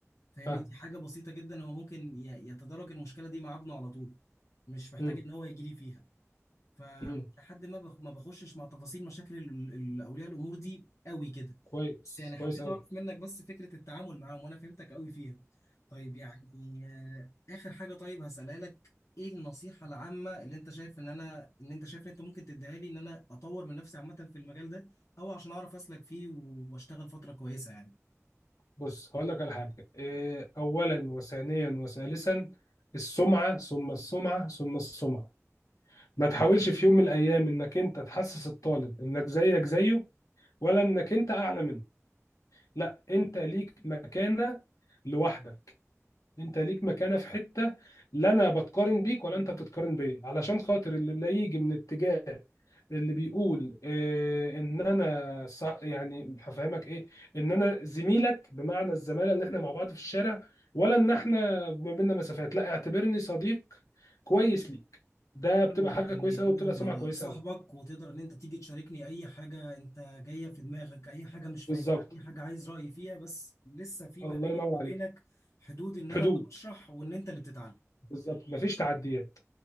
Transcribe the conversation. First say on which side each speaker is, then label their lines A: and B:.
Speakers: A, on the left; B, on the left.
A: فاهمني
B: فاهم
A: دي حاجه بسيطه جدا هو ممكن ي- يتدرج المشكله دي مع ابنه على طول مش محتاج
B: مم.
A: ان هو يجي لي فيها فلحد
B: مم.
A: ما بخ... ما بخشش مع تفاصيل مشاكل ال- ال- اولياء الامور دي قوي كده
B: كويس
A: بس يعني حبيت
B: كويس أوي
A: اعرف منك بس فكرة التعامل معاهم وانا فهمتك قوي فيها طيب يعني آه، اخر حاجة طيب هسألها لك ايه النصيحة العامة اللي انت شايف ان انا ان انت شايف ان انت ممكن تديها لي ان انا اطور من نفسي عامة في المجال ده او عشان اعرف اسلك فيه و- واشتغل فترة كويسة يعني
B: بص هقول لك على حاجة إيه، أولا وثانيا وثالثا السمعة ثم السمعة ثم السمعة ما تحاولش في يوم من الأيام إنك أنت تحسس الطالب إنك زيك زيه ولا إنك أنت أعلى منه لا أنت ليك مكانة لوحدك أنت ليك مكانة في حتة لا أنا بتقارن بيك ولا أنت بتتقارن بيا علشان خاطر اللي لا يجي من اتجاه اللي بيقول آه، ان انا صع- يعني هفهمك ايه ان انا زميلك بمعنى الزماله اللي احنا مع بعض في الشارع ولا ان احنا ما بيننا مسافات لا اعتبرني صديق كويس ليك ده بتبقى
A: فاهمك
B: حاجه
A: يعني
B: كويسه
A: انا
B: قوي بتبقى
A: هبقى
B: سمعه كويسه
A: صاحبك
B: قوي
A: وتقدر ان انت تيجي تشاركني اي حاجه انت جايه في دماغك اي حاجه مش
B: بالظبط
A: فاهمها اي حاجه عايز رايي فيها بس لسه في
B: الله
A: ما بيني
B: ينور
A: وما
B: عليك
A: بينك حدود ان انا
B: حدود
A: اللي بشرح وان انت اللي بتتعلم
B: بالظبط مفيش تعديات